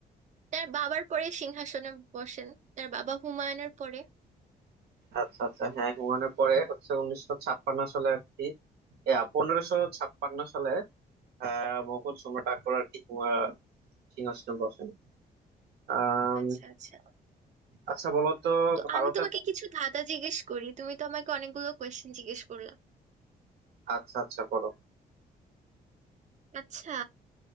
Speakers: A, on the right; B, on the right.
A: তার বাবার পরে সিংহাসনে বসেন তার বাবা হুমায়ুনের পরে
B: আচ্ছা আচ্ছা হ্যাঁ হুমায়ুনের পরে হচ্ছে উনিশশো ছাপ্পান্ন সালে আর কি পনেরোশো ছাপ্পান্ন সালে আহ মোগল সম্রাট আকবর আর কি হুমা- সিংহাসনে বসেন আম,
A: আচ্ছা আচ্ছা
B: আচ্ছা বলো তো
A: তো
B: ভারতের
A: আমি তোমাকে কিছু ধাঁধা জিজ্ঞেস করি তুমি তো আমাকে অনেকগুলো কোয়েশ্চেন জিজ্ঞেস করলা
B: আচ্ছা আচ্ছা বলো
A: আচ্ছা